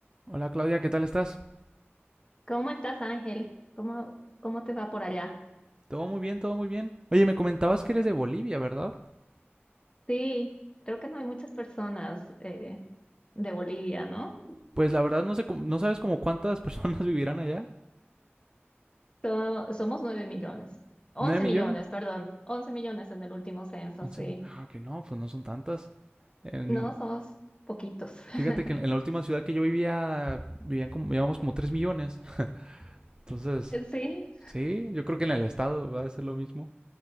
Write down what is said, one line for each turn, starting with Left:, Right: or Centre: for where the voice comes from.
Right: Hola Claudia, ¿qué tal estás?
Left: ¿Cómo estás, Ángel? ¿Cómo, cómo te va por allá?
Right: Todo muy bien, todo muy bien. Oye, me comentabas que eres de Bolivia, ¿verdad?
Left: Sí, creo que no hay muchas personas eh, de Bolivia, ¿no?
Right: Pues la verdad no sé, cómo- no sabes como cuántas personas <laughs> vivirán allá.
Left: So- somos nueve millones, once
Right: Nueve millones?
Left: millones, perdón, once millones en el último censo,
Right: Once.
Left: sí.
Right: millones. Ah, que no, pues no son tantas. En-
Left: No, somos poquitos. <laughs>
Right: Fíjate que en en la última ciudad que yo vivía, vivían como, vivíamos como 3 millones. <laughs> Entonces,
Left: Sí,
Right: sí, yo creo que en el estado va a ser lo mismo.